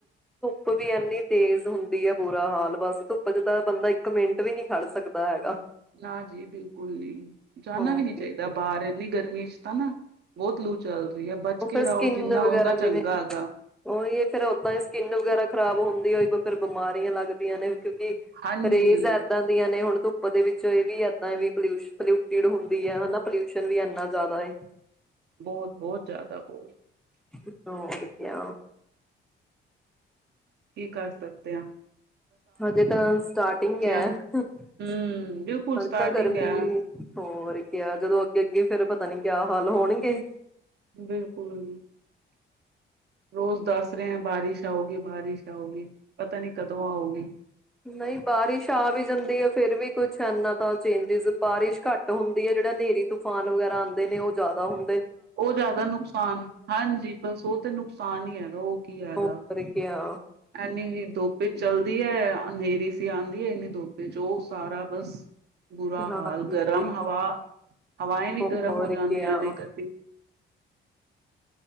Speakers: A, in the centre; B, on the right.
A: ਓਦੀ ਇੰਨੀ ਤੇਜ਼ ਹੁੰਦੀ ਬੁਰਾ ਹਾਲ ਬਸ ਧੁੱਪ ਚ ਤਾਂ ਬੰਦਾ ਇੱਕ ਮਿੰਟ ਵੀ ਨਹੀਂੀ ਖੜ ਸਕਦਾ ਹੈਗਾ
B: ਨਾ ਜੀ ਬਿਲਕੁਲ ਨਹੀਂੀ ਜਾਣਾ
A: ਹਾਂ
B: ਵੀ ਨਹੀਂੀ ਚਾਹੀਦਾ ਬਾਹਰ ਇਨੀ ਗਰਮੀ ਚ ਤਾਂ ਨਾ ਬਹੁਤ ਲੂ ਚੱਲ ਰਹੀ ਹੈ ਬਚ
A: ਉਹ ਫਿਰ
B: ਕੇ ਰਹੋ
A: ਸਕਿੰਨ
B: ਜਿੰਨਾ
A: ਵਗੈਰਾ
B: ਓਨਾ ਚੰਗਾ
A: ਜਿਵੇਂ
B: ਹੈਗਾ
A: ਉਹੀ ਫੇਿਰ ਓਦਾਂ ਹੀ ਸਕਿੰਨ ਵਗੈਰਾ ਖਰਾਬ ਹੁੰਦੀ ਹੋ ਫ਼ਿਰ ਬਿਮਾਰੀਆਂ ਲੱਗਦੀਆਂ ਨੇ ਕਿਉਂਕਿ
B: ਹਾਂਜੀ
A: ਪਰਹੇਜ਼ ਇੱਦਾਂ ਦੀਆਂ ਨੇ ਹੁਣ ਧੁੱਪ ਦੇ ਵਿੱਚ ਇਹ ਵੀ ਇਏਦਾਂ ਵੀ ਪ ਪੋਲਿਊਟਿਡ ਹੁੰਦੀ ਹੈ ਹਨਾ ਪੋਲਿਊਸ਼ਨ ਵੀ ਇਨਾ ਜ਼ਿਆਦਾ
B: ਬਹੁਤ ਬਹੁਤ ਜ਼ਿਆਦਾ ਬਹੁਤ
A: <unintelligible>
B: ਕੀ ਕਰ ਸਕਦੇ ਹ
A: ਹਜੇ ਤਾਂ ਸਟਾਰਟਿੰਗ ਹੈ
B: ਨੂੰ
A: ਹਜੇ
B: ਹੂੰ ਬਿਲਕੁਲ ਸਟਾਰਟਿੰਗ
A: ਤਾਂ ਗਰਮੀ
B: ਹੈ।
A: ਵੀ ਹੋਰ ਕਿਹਾ ਜਦੋਂ ਅੱਗੇ ਅੱਗੇ ਫਿਰ ਪਤਾ ਪਤਾ ਨੀ ਕਿਆ ਹਾਲ ਹੋਣਗੇ
B: ਬਿਲਕੁਲ ਰੋਜ਼ ਦੱਸ ਰਹੇ ਹੈ ਬਾਰਿਸ਼ ਆਉਗੀ ਬਾਰਿਸ਼ ਆਉਗੀ ਪਤਾ ਨੀ ਕਦੋਂ ਆਉਗੀ
A: ਨਹੀਂ ਬਾਰਿਸ਼ ਆ ਵੀ ਜਾਂਦੀ ਹੈ ਫੇਿਰ ਵੀ ਕੁਛ ਇਨਾ ਤਾਂ ਚੇਂਜਿਸ ਬਾਰਿਸ਼ ਘੱਟ ਹੁੰਦੀ ਹੈ ਜਿਹੜਾ ਹਨੇਰੀ ਤੂਫਾਨ ਵਗੈਰਾ ਆਉਂਦੇ ਨੇ ਉਹ ਜ਼ਿਆਦਾ ਹੁੰ
B: ਉਹ ਜ਼ਿਆਦਾ ਨੁਕਸਾਨ ਹਾਂਜੀ ਬਸ ਉਹ ਤੇ ਨੁਕਸਾਨ ਹੀ ਹੈਗਾ ਉਹ ਕੀ ਹੈਗਾ
A: ਹੋਰ ਕਿਆ
B: ਇਨੀ ਦੋਪੇ ਚ ਚੱਲਦੀ ਹੈ ਹਨੇਰੀ ਸੀ ਆਉਂਦੀ ਇਨੀ ਦੋਪੇ ਚ ਉਹ ਸਾਰਾ ਬਸ ਬੁਰਾ
A: ਹਾਂਜੀ
B: ਹਾਲ ਗਰਮ ਹਵਾ ਹਵਾਏ ਵੀ
A: ਹੋਰ
B: ਗਰਮ ਹੋ
A: ਕਿਆ
B: ਜਾਂਦੀਆਂ ਨੇ ਗਤੀ